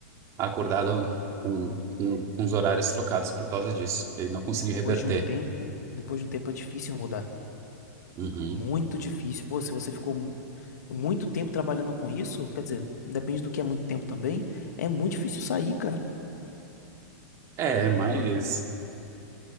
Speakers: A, on the right; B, on the left.
A: acordado com, com, com os horários trocados por causa disso. Ele não conseguiu
B: É, depois
A: reverter.
B: de um tempo, depois de um tempo é difícil mudar.
A: Uhum.
B: Muito difícil. Pô, se você ficou muito tempo trabalhando com isso, quer dizer, depende do que é muito tempo também, é muito difícil sair, cara.
A: É, mas
B: É,